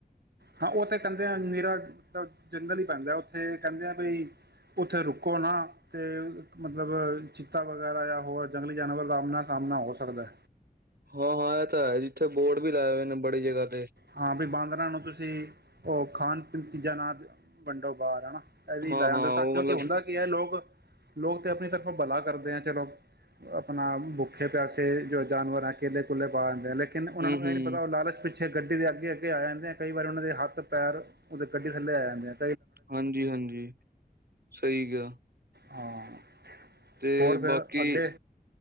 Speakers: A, on the right (about 85°); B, on the right (about 70°).
A: ਹਾਂ ਉੱਥੇ ਕਹਿੰਦੇ ਆ ਮੇਰਾ ਮਤਲਬ ਜੰਗਲ ਈ ਪੈਂਦਾ ਐ, ਉੱਥੇ ਕਹਿੰਦੇ ਆ ਬਈ, ਉੱਥੇ ਰੁਕੋ ਨਾ ਤੇ ਮਤਲਬ ਚਿੱਤਾ ਵਗੈਰਾ ਜਾਂ ਹੋਰ ਜੰਗਲੀ ਜਾਨਵਰ ਦਾ ਆਮਨਾ ਸਾਮਣਾ ਹੋ ਸਕਦਾ ਐ।
B: ਹਾਂ ਹਾਂ ਐ ਤੇ ਹੈ ਈ, ਇੱਥੇ ਬੋਰਡ ਵੀ ਲਾਏ ਹੋਏ ਨੇ ਬੜੀ ਜਗ੍ਹਾ ਤੇ
A: ਹਾਂ ਵੀ ਬਾਂਦਰਾਂ ਨੂੰ ਤੁਸੀਂ ਓ ਖਾਨ ਪੀਨ ਚੀਜਾਂ ਨਾ ਵੰਡੋ ਬਾਰ ਹਨਾ। ਐ ਵੀ
B: ਹਾਂ-ਹਾਂ
A: ਲੈ ਜਾਂਦੇ
B: ਉਹ
A: ਤਾਂ ਕਿਉਂਕਿ
B: ਮਤਲਬ
A: ਹੁੰਦਾ ਕੀ ਐ ਲੋਕ ਲੋਕ ਤਾਂ ਆਪਣੀ ਤਰਫੋਂ ਬਲਾ ਕਰਦੇ ਐ ਚਲੋ, ਆਪਣਾ ਬੁੱਖੇ ਪਿਆਸੇ ਜੋ ਜਾਨਵਰ ਐ ਕੇਲੇ ਕੂਲੇ ਪਾ ਦਿੰਦੇ ਐ ਲੇਕਿ ਕਿਨ ਉਨਾਂ
B: ਹੂੰ-ਹੂੰ
A: ਨੂੰ ਏ ਨੀ ਪਤਾ ਹੁੰਦਾ, ਲਾਲਚ ਵਿੱਚ ਗੱਡੀ ਦੇ ਅੱਗੇ ਅੱਗੇ ਆ ਜਾਂਦੇ ਐਂ। ਕਈ ਵਾਰ ਉਨਾਂ ਦੇ ਹੱਥ ਪੈਰ ਉਦੇ ਗੱਡੀ ਥੱਲੇ ਆ ਜਾਂਦੇ ਐਂ।
B: ਹਾਂਜੀ-ਹਾਂਜੀ, ਸਹੀ ਕਿਆ।
A: ਹਾਂ।
B: ਤੇ
A: ਹੋਰ ਫਿਰ
B: ਬਾਕੀ
A: ਅੱਗੇ